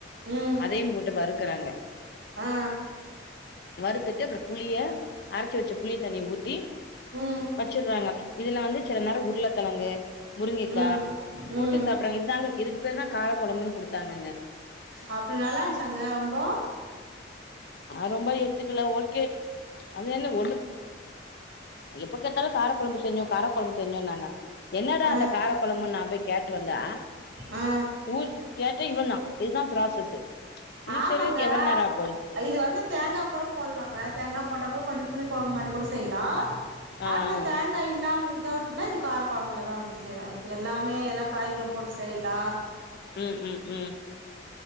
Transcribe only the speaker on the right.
ம்
ஆ
ம்
ம்
ம்
அப்புடி நல்லாருச்சாங்க ரொம்போ
ஆ
ஆ
ஆமாங்க
இது வந்து தேங்காக்கூட போட்லாங்க தேங்கா போட்டாக்கூட கொஞ்ச புளிக்கொழம்பு மாரிக்கூட செய்லா
ஆட்ன
தேங் கா இல்லாம வித்தவுட்னா இது கார கொழம்பலதா வந்து சேரு இப்ப எல்லாமே எல்லா காய்களூம் போட்டு செய்லா